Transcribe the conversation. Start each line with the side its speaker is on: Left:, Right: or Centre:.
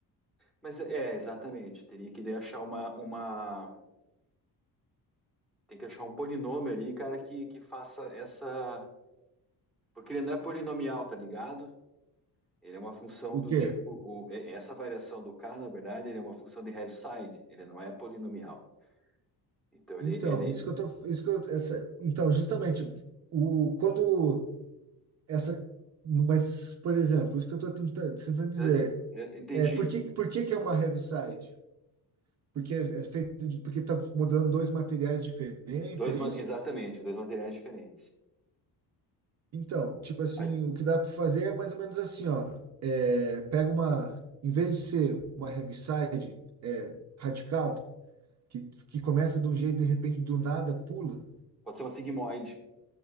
Centre: mas é, exatamente, teria que daí achar uma, uma, Tem que achar um polinômio ali, cara, que, que faça essa. Porque ele não é polinomial, tá ligado? Ele é uma função
Right: O
Centre: do
Right: quê?
Centre: tipo. o- é- Essa variação do K, na verdade, ele é uma função de Heaviside. Ele não é polinomial. Então, ele.
Right: Então,
Centre: ele...
Right: isso que eu tô, isso que eu, essa, então, justamente o quando essa, mas, por exemplo, isso que eu estou tentando, tentando dizer,
Centre: é- é- Entendi.
Right: é, por que, por que que é uma heavy side Porque é é feito de, porque tá mudando dois materiais diferentes,
Centre: Dois,
Right: é
Centre: ma-
Right: isso?
Centre: exatamente, dois materiais diferentes.
Right: Então, tipo assim,
Centre: Ah,
Right: o que dá para fazer é mais ou menos assim, ó, é, pega uma, em vez de ser uma heaviside é, radical, que, que começa de um jeito, de repente, do nada, pula,
Centre: Pode ser uma sigmoide.